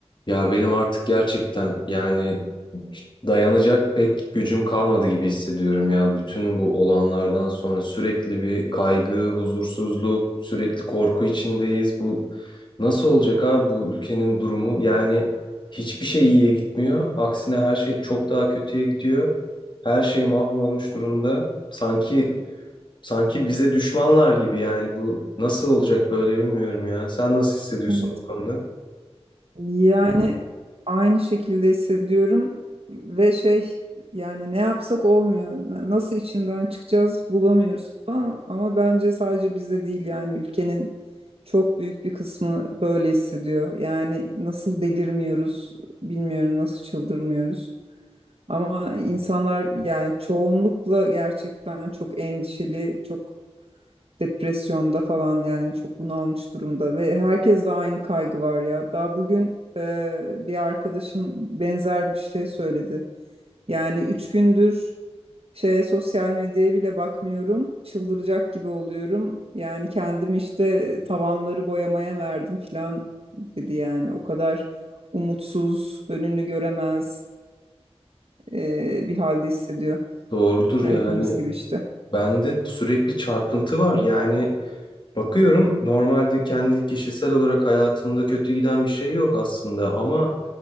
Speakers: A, on the left (about 45°); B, on the right (about 60°).
A: Ya benim artık gerçekten yani dayanacak pek gücüm kalmadı gibi hissediyorum ya. Bütün bu olanlardan sonra sürekli bir kaygı, huzursuzluk, sürekli korku içindeyiz. Bu nasıl olacak abi bu ülkenin durumu? Yani hiçbir şey iyiye gitmiyor. Aksine her şey çok daha kötüye gidiyor. Her şey mahvolmuş durumda. Sanki sanki bize düşmanlar gibi yani bu nasıl olacak böyle bilmiyorum ya. Sen nasıl hissediyorsun
B: Evet.
A: bu konuda?
B: Yani aynı şekilde hissediyorum ve şey yani ne yapsak olmuyor. Na- Nasıl içinden çıkacağız bulamıyoruz falan ama bence sadece bizde değil yani ülkenin çok büyük bir kısmı böyle hissediyor. Yani nasıl delirmiyoruz bilmiyorum nasıl çıldırmıyoruz. Ama insanlar yani çoğunlukla gerçekten çok endişeli, çok depresyonda falan yani çok bunalmış durumda ve herkes de aynı kaygı var ya. Daha bugün e, bir arkadaşım benzer bir şey söyledi. Yani üç gündür şeye sosyal medyaya bile bakmıyorum. Çıldıracak gibi oluyorum. Yani kendimi işte tavanları boyamaya verdim falan dedi yani. O kadar umutsuz, önünü göremez e, bir halde hissediyor.
A: Doğrudur
B: Ya
A: yani.
B: hepimiz gibi işte.
A: Bende sürekli çarpıntı var. Yani bakıyorum normalde kendi kişisel olarak hayatımda kötü giden bir şey yok aslında ama